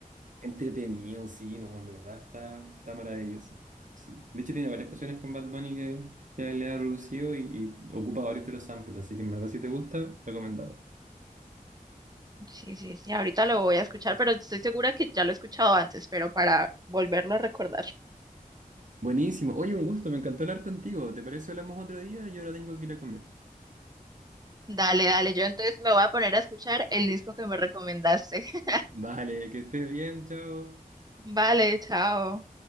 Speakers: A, on the right; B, on the right.
A: Entretenido, sí, no, de verdad está, está maravilloso. Sí. De hecho, tiene varias canciones con Bad Bunny que, que él le ha producido y, y ocupa varios de los samples, así que en verdad si te gusta, recomendado.
B: Sí, sí, sí, ahorita lo voy a escuchar, pero estoy segura que ya lo he escuchado antes, pero para volverlo a recordar.
A: Buenísimo. Oye, un gusto, me encantó hablar contigo. ¿Te parece si hablamos otro día? Yo ahora tengo que ir a comer.
B: Dale, dale, yo entonces me voy a poner a escuchar el disco que me recomendaste. <laughs>
A: Vale, que estés bien, chao.
B: Vale, chao.